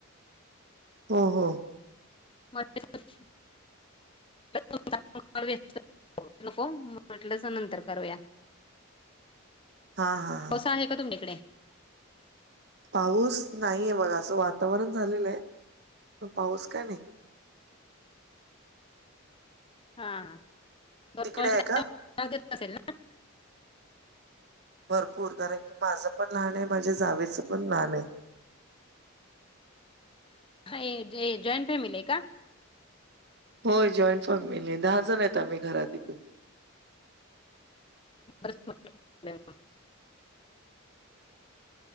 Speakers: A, on the right; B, on the left.
A: हो हो
B: म <unintelligible> म्हटलं सु <unintelligible> <unintelligible> नको म्हटलंच नंतर करूया
A: हा हा हा
B: का आहे का तुमच्या इकडे?
A: पाऊस नाहीये बघा, असं वातावरण झालेलं आहे, पण पाऊस काय नाही.
B: हां <unintelligible> दोनवर्ष
A: तिकडे आहे
B: येत
A: का?
B: असल ना
A: भरपूर, कारण की माझं पण लहान आहे, माझ्या जावेचं पण लहान आहे.
B: ए जॉईंट फॅमिली आहे का?
A: होय जॉईंट फॅमिली आहे, दहा जण आहेत. आम्ही घरात एकूण
B: बरच <unintelligible> <unintelligible>